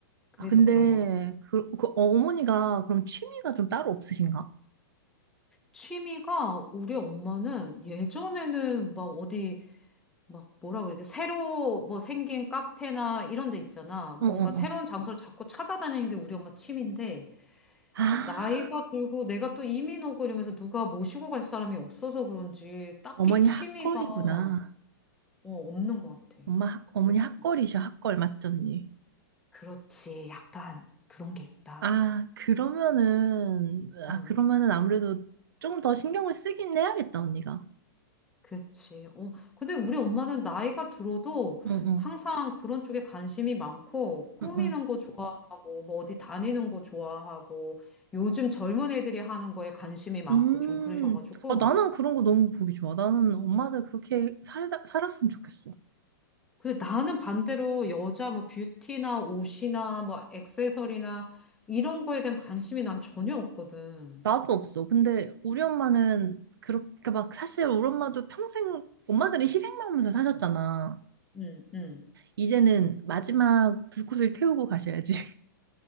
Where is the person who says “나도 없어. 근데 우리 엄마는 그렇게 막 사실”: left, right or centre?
Right